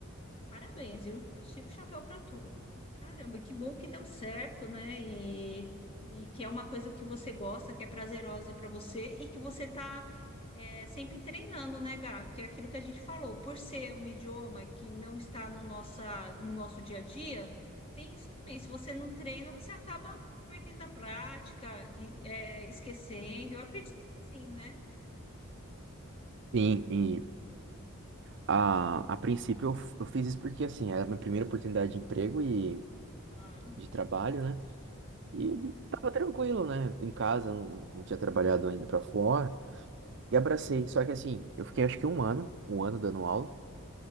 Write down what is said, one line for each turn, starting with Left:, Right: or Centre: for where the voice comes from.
Left: Parabéns, eu tiro o chapéu para tu. Caramba, que bom que deu certo, né? E, e que é uma coisa que você gosta, que é prazerosa para você e que você tá é, sempre treinando, né, Gá? Que é aquilo que a gente falou, por ser um idioma que não está no nossa, no nosso dia a dia, tem isso também. Se você não treina, você acaba perdendo a prática e é, esquecendo. Eu acredito que sim, né?
Right: Sim, e a, a princípio eu, f- eu fiz isso porque, assim, era a minha primeira oportunidade de emprego e
Left: Claro.
Right: de trabalho, né? E
Left: Uhum.
Right: tava tranquilo, né? Em casa, não, não tinha trabalhado ainda pra fora. E abracei. Só que, assim, eu fiquei acho que um ano, um ano dando aula